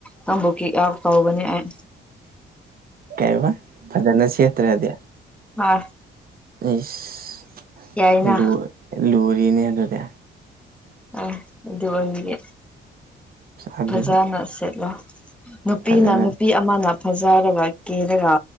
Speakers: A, in the centre; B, on the right.
A: ꯅꯪꯕꯨ ꯀꯤꯛ ꯑꯥꯎꯠ ꯇꯧꯒꯅꯤ ꯑꯩ
B: ꯀꯩꯕ ꯐꯖꯅ ꯁꯦꯠꯇ꯭ꯔꯗꯤ
A: ꯍꯥ
B: ꯏꯁ
A: ꯌꯥꯏꯅ
B: ꯂꯨ ꯂꯨꯔꯤꯅꯦ ꯑꯗꯨꯗꯤ
A: ꯑ ꯑꯗꯨ ꯑꯣꯏꯕꯒꯤ
B: ꯑꯗꯨꯗꯤ
A: ꯐꯖꯅ ꯁꯦꯠꯂꯣ ꯅꯨꯄꯤꯅ
B: ꯐꯖꯅ
A: ꯅꯨꯄꯤ ꯑꯃꯅ ꯐꯖꯔꯒ ꯀꯦꯔꯒ